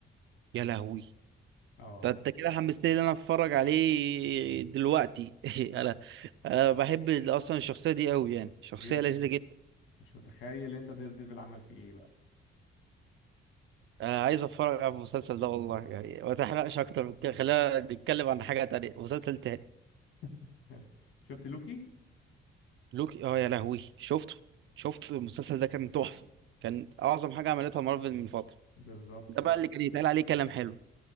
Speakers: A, on the right (about 70°); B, on the left (about 80°).
A: يا لهوي
B: اه
A: ده انت كده حمستني ان انا اتفرج عليه دلوقتي <laughs> انا انا بحب اصلا الشخصيه دي قوي يعني شخصيه
B: جدا
A: لذيذه
B: يعني.
A: جدا
B: مش متخيل انت دير ديفل عمل فيه ايه بقى
A: انا عايز اتفرج على المسلسل ده والله يعني ما تحرقش اكتر من كده خلينا نتكلم عن حاجه تانية مسلسل تاني
B: <laughs> شفت لوكي
A: لوكي اه يا لهوي شفته شفت المسلسل ده كان تحفه كان اعظم حاجه عملتها مارفل من فتره
B: بالظبط
A: ده بقى اللي كان يتقال عليه كلام حلو